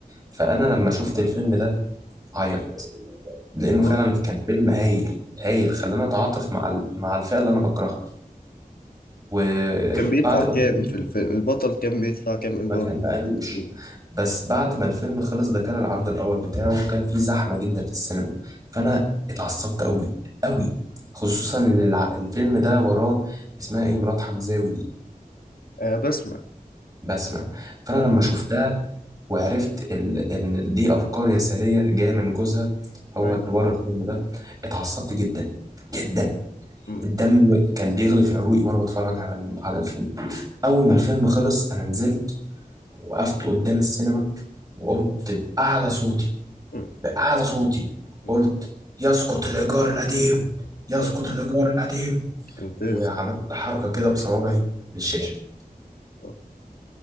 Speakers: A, on the right (about 25°); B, on the left (about 80°).
A: فأنا لما شفت الفيلم ده عيط لأنه فعلا
B: آه.
A: كان فيلم هايل هايل خلاني أتعاطف مع ال- مع الفئة اللي أنا بكرهها وبعد
B: كان بيدفع
A: ما
B: كام
A: الفيلم
B: في الفيلم البطل كان بيدفع كام ايجار
A: ما كان ما قالوش
B: في التكييف؟
A: بس بعد ما الفيلم خلص ده كان العرض الاول بتاعه كان فيه زحمه جدا في السينما فانا اتعصبت قوي قوي خصوصا ان الع- الفيلم ده وراه اسمها ايه مرات حمزاوي دي
B: آه بسمع
A: بسمة فانا
B: أه
A: لما شفتها وعرفت ال- ان دي افكار يساريه جايه من جوزها هو
B: أيوه
A: اللي ورا الفيلم ده اتعصبت جدا جدا
B: مم.
A: الدم كان بيغلي في عروقي وانا بتفرج على على الفيلم اول ما الفيلم خلص انا نزلت وقفت قدام السينما وقمت بأعلى صوتي
B: مم.
A: بأعلى صوتي
B: مم.
A: قلت يسقط الإيجار القديم يسقط
B: مم.
A: الإيجار القديم
B: ممتاز
A: وعملت حركة كده بصوابعي للشاشة
B: آه، آه،